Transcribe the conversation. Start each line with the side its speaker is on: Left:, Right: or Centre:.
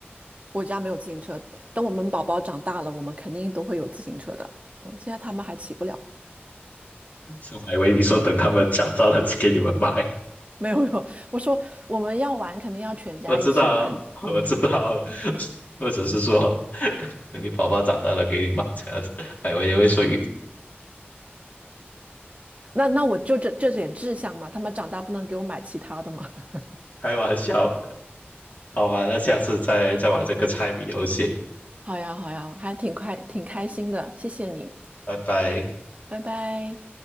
Right: 我家没有自行车，等我们宝宝长大了，我们肯定都会有自行车的。嗯，现在他们还骑不了。
Left: 是我还以为你说等他们找到了给你们买，
Right: 没有没有，我说我们要玩，肯定要全家一起玩。
Left: 我知道，我知道，
Right: 嗯，
Left: 我只是说等等你宝宝长大了给你买这样子，还以为你会说
Right: 那那我就这这点志向嘛，他们长大不能给我买其他的嘛。<laughs>
Left: 开玩笑，好吧，那下次再再玩这个猜谜游戏。
Right: 好呀好呀，还挺快挺开心的，谢谢你，
Left: 拜拜。
Right: 拜拜。